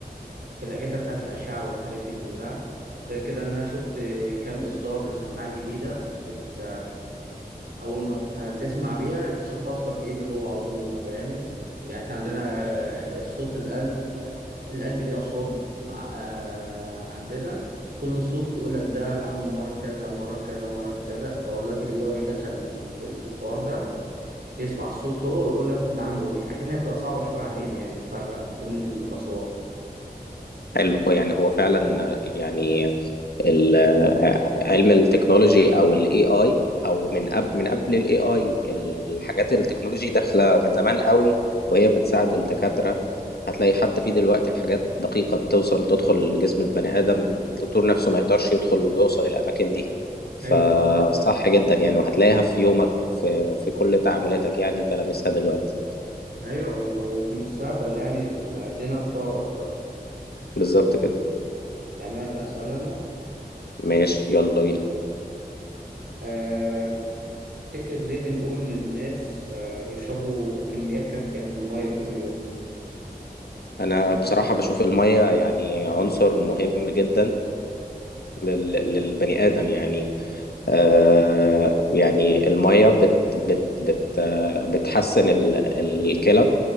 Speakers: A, on the right (about 70°); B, on the left (about 75°).
A: في الأجهزة بتاعة الأشعة والحاجات دي كلها غير كده إن أنا شفت كام إصدار لسماعات جديدة بت... أول ما ت- تسمع بيها تشخص لك إيه اللي جوه على طول فاهم يعني إحنا عندنا صوت القلب القلب ليه أصوات مع- آه، عندنا كل صوت يقول لك ده عنده مرض كذا مرض كذا مرض كذا فهو دلوقتي ال AI دخل في الحوار ده يسمع الصوت هو ويقول لك ده عنده إيه عشان هي بتبقى صعبة شوية علينا يعني نفرق بين الأصوات
B: حلو يعني هو فعلا آه، يعني ال- علم التكنولوجي او الاي اي او من قبل من قبل الاي اي الحاجات التكنولوجي داخله من زمان قوي وهي بتساعد الدكاتره هتلاقي حتى في دلوقتي حاجات دقيقه بتوصل تدخل جسم البني ادم الدكتور نفسه ما يقدرش يدخل ويوصل الاماكن دي فصح
A: أيوه طبعا
B: جدا يعني وهتلاقيها في يومك في في كل تعاملاتك يعني انت لامسها دلوقتي
A: أيوه وم- وفي المستقبل يعني ال- الدنيا تطور أكتر
B: بالظبط كده
A: تمام أسأل
B: ماشي يلا بينا
A: أنا تفتكر ليه بنقول للناس آه، يشربوا كميات كافية من المية كل يوم؟
B: انا بصراحه بشوف الميه يعني عنصر مهم جدا لل- للبني آدم يعني آه يعني المية بت بت بت آه، بتحسن ال- الكلى